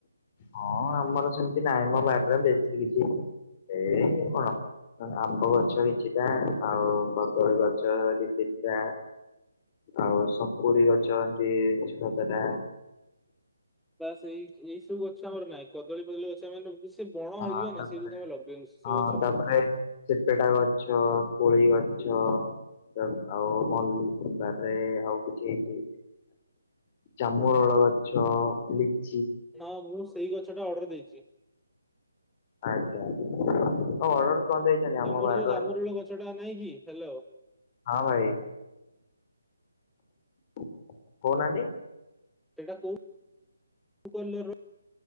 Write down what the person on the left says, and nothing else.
ହଁ ଆମର ସେମିତି ନାହିଁ ମ ବାର୍ରେ ବେଶୀ କିଛି। ଏଇ କଣ? ଆମ୍ବ ଗଛ କିଛିଟା ଆଉ କଦଳୀ ଗଛ ଦି ତିନ୍ଟା। ଆଉ ସପୁରୀ ଗଛ ଏମିତି ଛଅ ସାତଟା।
ହଁ
ତାପରେ
ହଁ
ତାପରେ ସେତେଟା ଗଛ କୋଳି ଗଛ ଆଉ ମଲ୍ଲିବାରରେ ଆଉ କିଛି ହେଇଛି। ଚାମୁଅଳ ଗଛ ଲିକ୍
ଆଚ୍ଛା ହୋଉ ଅର୍ଡର କଣ ଦେଇଛନ୍ତି ଆମ
ବାରିରୁ
ହଁ ଭାଇ। କହୁନାହାନ୍ତି।